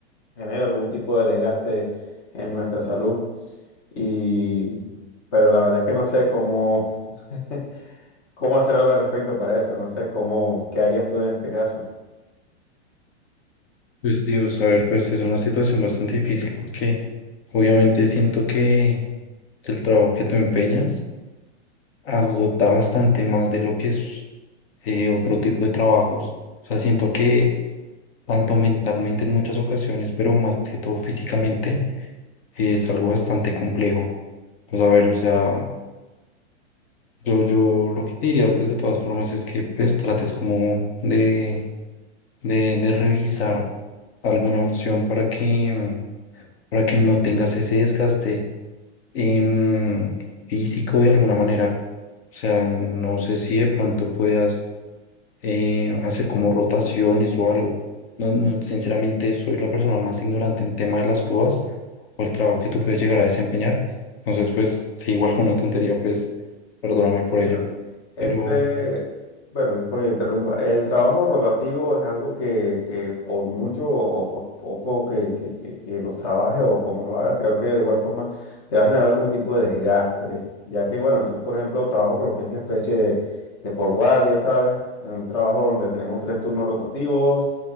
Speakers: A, on the left (about 25°); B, on the left (about 55°).
A: genera algún tipo de desgaste en nuestra salud. Y, pero la verdad es que no sé cómo, <laughs> cómo hacer algo al respecto para eso. No sé cómo, ¿qué harías tú en este caso?
B: Pues Dios, a ver, pues es una situación bastante difícil porque obviamente siento que el trabajo que tú empeñas agota bastante más de lo que es eh, otro tipo de trabajos. O sea, siento que tanto mentalmente en muchas ocasiones, pero más que todo físicamente, es algo bastante complejo. Pues a ver, o sea, yo, yo lo que te diría, pues de todas formas, es que pues trates como de, de, de revisar alguna opción para que para que no tengas ese desgaste em, físico de alguna manera. O sea, no sé si de pronto puedas eh, hacer como rotaciones o algo. No, no, sinceramente soy la persona más ignorante en tema de las grúas o el trabajo que tú puedes llegar a desempeñar. Entonces, pues, si igual fue una tontería, pues, perdóname por ello.
A: Mira, este,
B: Pero
A: bueno, disculpa que te interrumpa. El trabajo rotativo es algo que, que por mucho o por poco que, que, que, que lo trabajes o como lo hagas, creo que de igual forma te va a generar algún tipo de desgaste. Ya que, bueno, yo por ejemplo trabajo por lo que es la especie de, de por guardia, ¿sabes? En un trabajo donde tenemos tres turnos rotativos,